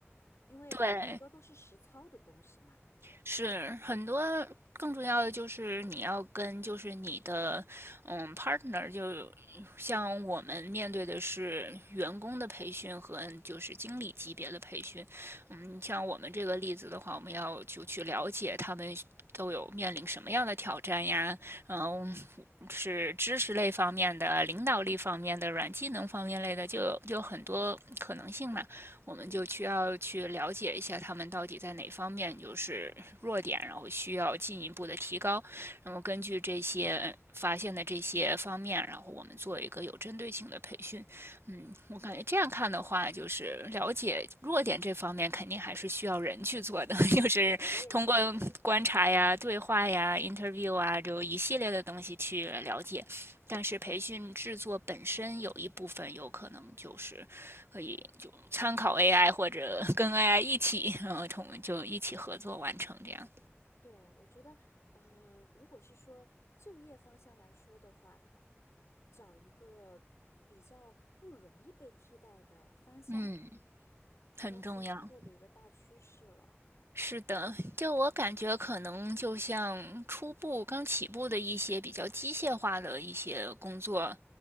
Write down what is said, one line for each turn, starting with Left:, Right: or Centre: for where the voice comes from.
Left: 因为很多都是实操的东西嘛。
Right: 对，是很多。更重要的就是你要跟就是你的嗯 partner，就像我们面对的是员工的培训和就是经理级别的培训，嗯，像我们这个例子的话，我们要就去了解他们都有面临什么样的挑战呀，嗯，是知识类方面的、领导力方面的、软技能方面类的，就有就有很多可能性嘛。我们就需要去了解一下他们到底在哪方面就是弱点，
Left: 对，
Right: 然后需要进一步的提高。然后根据这些发现的这些方面，然后我们做一个有针对性的培训。嗯，我感觉这样看的话，就是了解弱点这方面，肯定还是需要人去做的，<laughs> 就是通过观察呀、
Left: 对，我也觉得。
Right: 对话呀、interview 啊，就一系列的东西去了解。但是培训制作本身有一部分有可能就是可以就参考 AI 或者跟 AI 一起，然后同就一起合作完成这样。
Left: 对，我觉得，呃，如果是说就业方向来说的话，找一个比较不容易被替代的方向，
Right: 嗯，
Left: 应该是以后的一个大趋势了。
Right: 很重要。是的，就我感觉，可能就像初步刚起步的一些比较机械化的一些工作，